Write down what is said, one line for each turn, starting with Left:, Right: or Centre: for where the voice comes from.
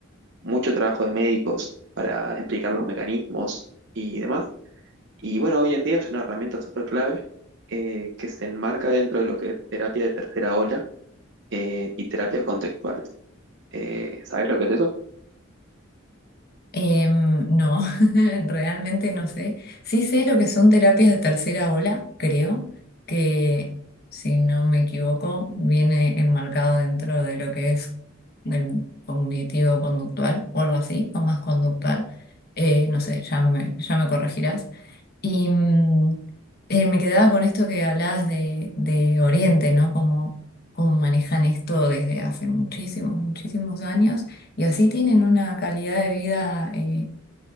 Right: mucho trabajo de médicos para explicar los mecanismos y demás. Y bueno, hoy en día es una herramienta súper clave eh, que se enmarca dentro de lo que es terapia de tercera ola eh, y terapias contextuales. Eh, ¿sabes lo que es eso?
Left: Em, no, <laughs> realmente no sé. Sí sé lo que son terapias de tercera ola, creo, que si no me equivoco viene enmarcado dentro de lo que es el cognitivo conductual o algo así, o más conductual. Eh, no sé, ya me, ya me corregirás Y mm, eh, me quedaba con esto que hablabas de, de Oriente, ¿no? Como, como manejan esto desde hace muchísimos, muchísimos años y así tienen una calidad de vida eh,